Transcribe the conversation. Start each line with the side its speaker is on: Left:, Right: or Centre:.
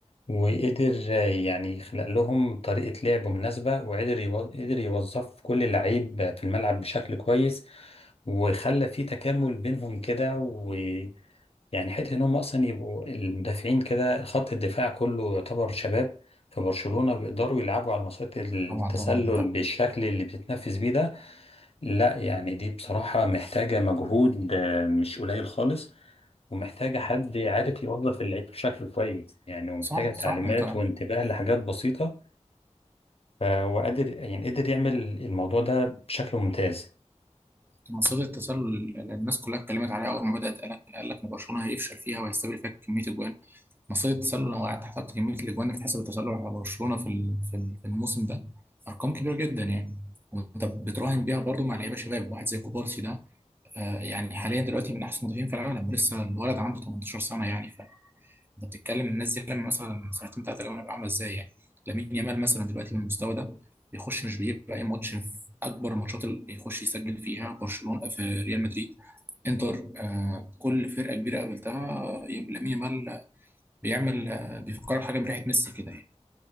Left: وقدر آه، يعني يخلق لهم طريقة لعب مناسبة وقدر يوظ- قدر يوظف كل لعيب في الملعب بشكل كويس وخلى في تكامل بينهم كده ويعني حتة ان هم اصلا يبقوا المدافعين كده خط الدفاع كله يعتبر شباب في برشلونة بيقدروا يلعبوا على مسارات التسلل
Right: طبعا طبعا انت
Left: بالشكل اللي بتتنفذ بيه ده لا يعني دي بصراحة محتاجة مجهود آه، مش قليل خالص ومحتاجة حد عارف يوظف العيد بشكل كويس يعني ومحتاجة
Right: صح
Left: تعليمات
Right: صح انت
Left: وانتباه لحاجات بسيطة آه، وقادر يعني قدر يعمل الموضوع ده بشكل ممتاز
Right: أنت مصيدة التسلل اللي الناس كلها اتكلمت عليها اول ما بدات قال لك قال لك ان برشلونه هيفشل فيها وهيستقبل فيها كميه اجوان مصيدة التسلل لو قعدت حسبت كميه الاجوان اللي اتحسب التسلل على برشلونه في ال- في ال- في الموسم ده ارقام كبيره جدا يعني وانت بتراهن بيها برضو مع لعيبه شباب واحد زي كوبارسي ده آه، يعني حاليا دلوقتي من احسن مدافعين في العالم ولسه الولد عنده 18 سنه يعني فانت بتتكلم الناس دي لما مثلا سنتين ثلاثه اللي عامله ازاي يعني لامين يامال مثلا دلوقتي بالمستوى ده بيخش مش بيبقى اي ماتش في اكبر الماتشات اللي بيخش يسجل فيها برشلونه في ريال مدريد انتر آه كل فرقه كبيره قابلتها لامين يامال بيعمل آه بيفكرك حاجه بريحه ميسي كده يعني